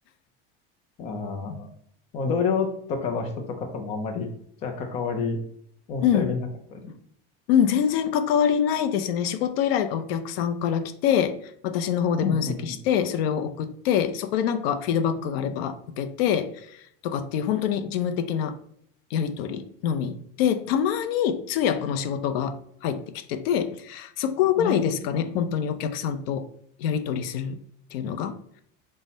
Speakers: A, on the left; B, on the left.
A: ああ、もう同僚とかの人とかともあんまり、じゃあ関わり、思ったよりなかったり。
B: うん。うん、全然関わりないですね。仕事依頼がお客さんから来て、私の方で分析して、
A: うんうんうん。
B: それを送って、そこでなんかフィードバックがあれば受けて、とかっていう本当に事務的なやり取りのみで、たまに通訳の仕事が入ってきてて、そこぐらいですかね、
A: あ
B: 本当にお客さんとやり取りするっていうのが。